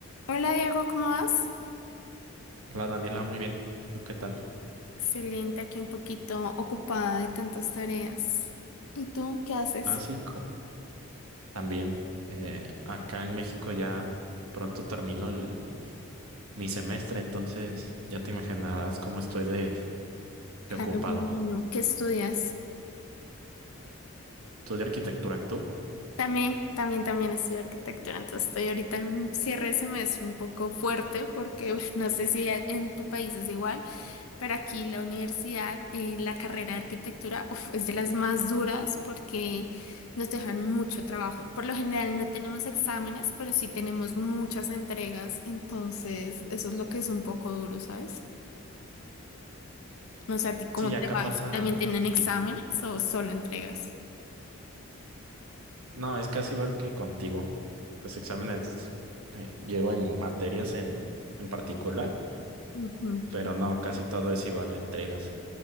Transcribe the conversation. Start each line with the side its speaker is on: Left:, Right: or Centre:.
Left: Hola Diego, ¿cómo vas?
Right: Hola Daniela, muy bien. ¿Tú qué tal?
Left: Excelente, aquí un poquito ocupada de tantas tareas. ¿Y tú qué haces?
Right: Ah, sí, co- también. eh, acá en México ya pronto termino el, mi semestre, entonces ya te imaginarás cómo estoy de,
Left: Claro,
Right: de ocupado.
Left: me imagino. ¿Qué estudias?
Right: Estudio arquitectura, ¿tú?
Left: También, también, también estudio arquitectura, entonces estoy ahorita en un cierre de semestre un poco fuerte porque <laughs> uf, no sé si a- en tu país es igual. Pero aquí la universidad, en la carrera de arquitectura, uf, es de las más duras porque nos dejan mucho trabajo. Por lo general no tenemos exámenes, pero sí tenemos muchas entregas, entonces eso es lo que es un poco duro, ¿sabes? No sé a ti cómo
Right: Sí,
Left: te
Right: acá
Left: va,
Right: pasa.
Left: si también tienen exámenes
Right: y-
Left: o solo entregas.
Right: no, es casi igual que contigo. Los exámenes eh, llevo en materias en, en particular,
Left: Ujú.
Right: pero no, casi todo es igual, entregas.